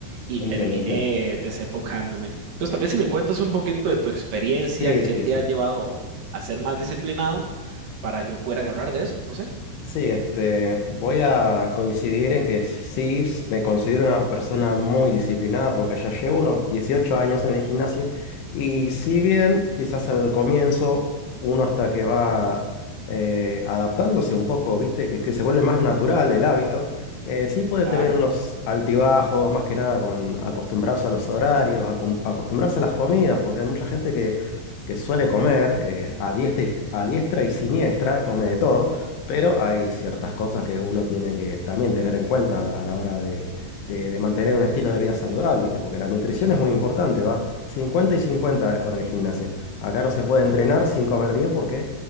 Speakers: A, on the right; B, on the left.
A: y
B: entiendo,
A: terminé
B: entiendo.
A: desenfocándome. Entonces, tal vez si me cuentas un poquito de tu experiencia,
B: Sí,
A: qué
B: sí,
A: te
B: sí.
A: ha llevado a ser más disciplinado para yo poder agarrar de eso, no sé.
B: Sí, este, voy a coincidir en que sí me considero una persona muy disciplinada porque ya llevo unos 18 años en el gimnasio y si bien quizás al comienzo uno hasta que va eh, adaptándose un poco, viste, que, que se vuelve más natural el hábito, eh, sí puede
A: Claro.
B: tener unos altibajos, más que nada con acostumbrarse a los horarios, acom- acostumbrarse a las comidas, porque hay mucha gente que, que suele comer eh, a diestra y, a diestra y siniestra, come de todo. Pero hay ciertas cosas que uno tiene que también tener en cuenta a la hora de, de- de mantener un estilo de vida saludable, ¿viste? Porque la nutrición es muy importante, va 50 y 50 con el gimnasio. Acá no se puede entrenar sin comer bien porque